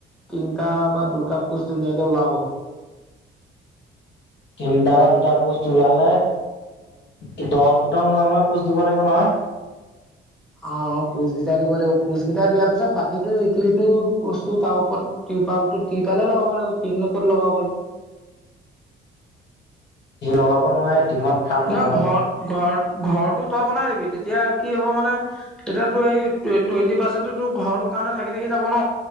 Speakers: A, in the centre; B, on the left (about 65°).
A: তিনটা বা দুটা পোষ্ট ধুনীয়াকে ওলাব। <inaudible>
B: তিনটা বা দুটা পোষ্ট ওলালে উ দহ ফুটৰ মূৰে মূৰে পোষ্ট দিব লাগিব নহয়।
A: <inaudible> অ' অ' পোজ গিটা দিব লাগিব পোজ গিটা দিয়াৰ পিছত বাকীটো ইটো সিটো বস্তু তাৰ ওপৰত দ ত্ৰি ত্ৰিপালটো তিৰপালে লগাব লাগিব টিং নো ক'ত লগাব পাৰিম।
B: লগাব নোৱাৰে। টিঙত কাম নকৰে
A: নহ
B: ন
A: ঘৰত - ঘৰ - ঘৰটো তই বনাই দিবি। তেতিয়া কি হ'ব মানে তেতিয়া তোৰ এই টুৱে - টুৱেণ্টি পাৰ্চেণ্টটো তোৰ ঘৰটোৰ কাৰণে থাকি থাকি যাব ন।